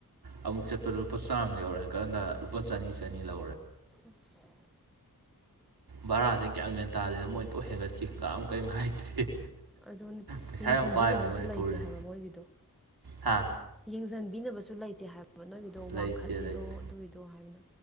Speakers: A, on the right; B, in the centre.
A: ꯑꯃꯨꯛ ꯆꯠꯄꯗ ꯂꯨꯄꯥ ꯆꯝꯃ ꯌ ꯂꯧꯔꯦ ꯍꯥꯏꯀꯥꯟꯗ ꯂꯨꯄꯥ ꯆꯅꯤ ꯆꯅꯤ ꯂꯧ
B: ꯑꯁ
A: ꯕꯔꯥꯁꯦ ꯒ꯭ꯌꯥꯟ ꯃꯦꯟ ꯇꯥꯗꯁꯤꯅ ꯃꯣꯏꯅ ꯇꯣꯏ ꯍꯦꯟꯒꯠꯈꯤ ꯀꯥꯝ ꯀꯔꯤꯝ ꯍꯥꯏꯗꯦ
B: ꯑꯗꯨ
A: ꯄꯩꯁꯥ
B: ꯌꯦꯡꯁꯤꯟꯕꯤꯅꯕꯁꯨ
A: ꯌꯥꯝ ꯄꯥꯏꯕꯅꯦ ꯃꯅꯤꯄꯨꯔꯁꯦ
B: ꯂꯩꯇꯦ ꯍꯥꯏꯕ ꯃꯣꯏꯒꯤꯗꯣ
A: ꯍꯥ
B: ꯌꯦꯡꯁꯤꯟꯕꯤꯅꯕꯁꯨ ꯂꯩꯇꯦ ꯍꯥꯏꯕ ꯅꯣꯏꯒꯤꯗꯣ
A: ꯂꯩꯇꯦ
B: ꯋꯥꯡꯈꯠꯂꯤꯗꯣ
A: ꯂꯩꯇꯦ
B: ꯑꯗꯨꯒꯤꯗꯣ ꯍꯥꯏꯕꯅ